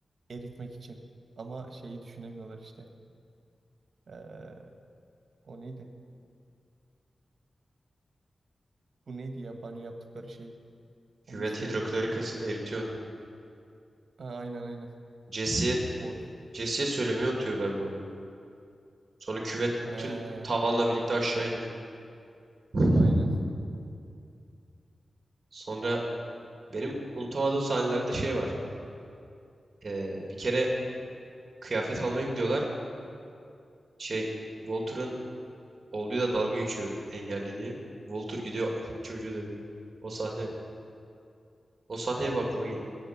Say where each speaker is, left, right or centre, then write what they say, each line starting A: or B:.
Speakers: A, on the right; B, on the right.
A: eritmek için. Ama şeyi düşünemiyorlar işte. Ee, o neydi? Bu neydi ya banyo yaptıkları şey?
B: Küvet
A: Onun ismi
B: hidroklorik
A: neydi?
B: asit eritiyor onu.
A: Ha, aynen aynen.
B: Jesse'ye
A: Or
B: Jesse'ye söylemeyi unutuyor galiba bunu. Sonra küvet
A: ha,
B: bütün tavanla birlikte aşağı iniyor. <laughs>
A: aynen
B: Sonra benim unutamadığım sahnelerde şey var. Ee, bir kere kıyafet almaya gidiyorlar. Şey Walter'ın Olduğu da dalga geçiyor engelli diye. Walter gidiyor <laughs> çocuğu dövüyor. O sahne o sahneye bakmama geliyor.